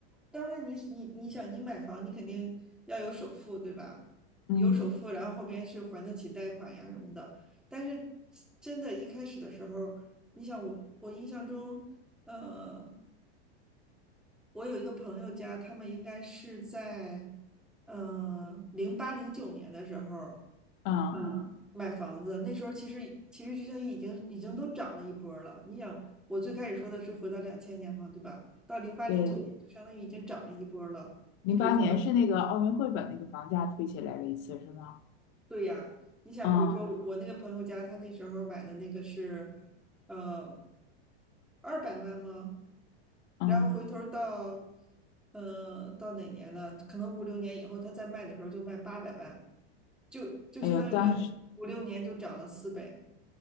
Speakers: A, in the centre; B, on the left.
A: 当然你你你想你买房，你肯定要有首付，对吧？有首付，
B: 嗯，
A: 然后后边是还得起贷款呀什么的。但是真的，一开始的时候，你想我我印象中，呃，我有一个朋友家，他们应该是在呃零八零九年的时候，
B: 嗯，
A: 嗯买房子，那时候其实其实就于已经已经都涨了一波儿了。你想，我最开始说的是回到两千年嘛，对吧？到零八零九年就相当于已经涨了一波儿了。
B: 对，零八年是那个奥运会把那个房价推起来了一次，
A: 你比如说，嗯
B: 是吗？
A: 对呀，你想，
B: 嗯
A: 比如说啊我那个朋友家，他那时候买的那个是，呃，二百万吗？
B: 嗯，
A: 然后回嗯头儿到，呃，到哪年呢？可能五六年以后，他再卖的时候就卖八百万，就就相当于呃五六年就涨了四倍。
B: 哎呀，当时，